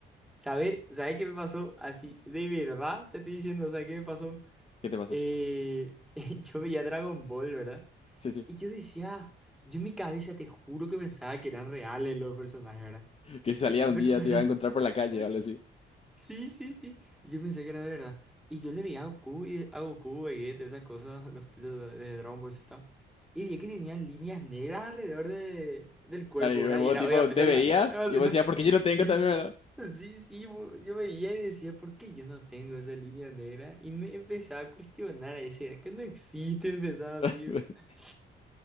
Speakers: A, in the centre; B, on the left.
A: ¿Sabes? ¿Sabes qué me pasó? Así, de verdad te estoy diciendo, o sea, ¿qué me pasó?
B: ¿Qué te pasó?
A: Eh, <laughs> yo veía Dragon Ball, ¿verdad?
B: Sí, sí.
A: Y yo decía, yo en mi cabeza te juro que pensaba que eran reales los personajes, ¿verdad?
B: Que si salía
A: Pe-
B: un
A: Pero,
B: día
A: <laughs>
B: te iba a encontrar por la calle
A: pero,
B: o algo así.
A: Sí, sí, sí. Yo pensé que era de verdad. Y yo le vi a Goku, y a Goku, Vegeta, esas cosas, los capítulos de, de Dragon Ball Z. Y vi que tenían líneas negras alrededor de, del cuerpo,
B: Ay,
A: ¿verdad?
B: vos
A: Y era
B: tipo,
A: obviamente
B: te veías
A: la, la elevación.
B: y vos decías, "Ah, porque
A: <laughs>
B: yo no tengo
A: Sí,
B: también, ¿verdad?
A: sí, sí. bo- Yo veía y decía, ¿por qué yo no tengo esa línea negra? Y me empezaba a cuestionar, a decir, ¿será que no existe? Empezaba
B: <laughs>
A: así. <laughs>